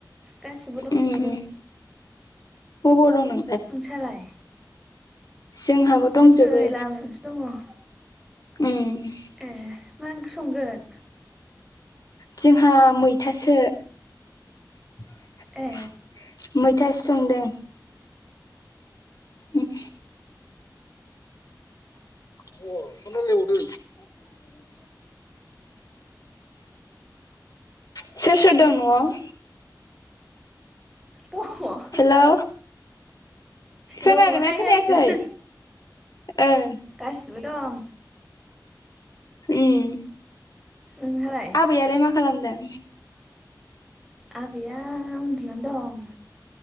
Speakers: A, in the centre; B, on the left.
A: गासिबो दंजोबो।
B: उम <unintelligible>
A: नोंसालाय?
B: जोंहाबो दंजोबो।
A: नै लामायावसो दङ
B: उम
A: ए मा ओंख्रि संगोन?
B: जोंहा मैथासो। <inaudible>
A: ए
B: मैथा संदों। उम <unintelligible> सोर सोर दं नआव?
A: दङ
B: हेलौ खोनादों
A: दङहाय
B: ना खोनायाखै?
A: गासिबो
B: ओ <inaudible>
A: गासिबो दं
B: ओम
A: नोंहालाय
B: आबैयालाय मा खालामदों?
A: आबैया उन्दुनान दं।